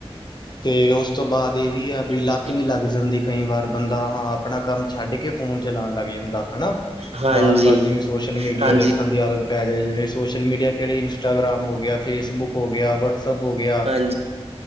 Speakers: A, on the left; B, on the right.
A: ਤੇ ਓਸ ਤੋਂ ਬਾਦ ਏ ਵੀ ਆ, ਵੀ ਲੱਤ
B: ਜੀ
A: ਵੀ ਲੱਗ ਜਾਂਦੀ ਕਈ ਵਾਰ ਬੰਦਾ ਹਾਂ, ਆਪਣਾ ਕੰਮ ਛੱਡ ਕੇ ਫੋਨ ਚਲਾਨ ਲੱਗ ਜਾਂਦਾ। ਹਣਾ
B: ਹਾਂਜੀ
A: ਬਾਰ, ਬਾਰ ਜਿਵੇਂ ਸੋਸ਼ਲ ਮੀੜੀਆ
B: ਹਾਂਜੀ
A: ਵੇਖ ਦੀ ਆਦਤ ਪੈ ਜਾਵੇ ਜਿਵੇਂ, ਸੋਸ਼ਲ ਮੀੜੀਆ ਕੇੜੇ ਇੰਸਟਾਗ੍ਰਾਮ ਹੋ ਗੇਆ, ਫੇਸਬੁੱਕ ਹੋ ਗੇਆ, ਵਟਸੱਪ ਹੋ ਗੇਆ
B: ਹਾਂਜੀ ਹਾਂਜੀ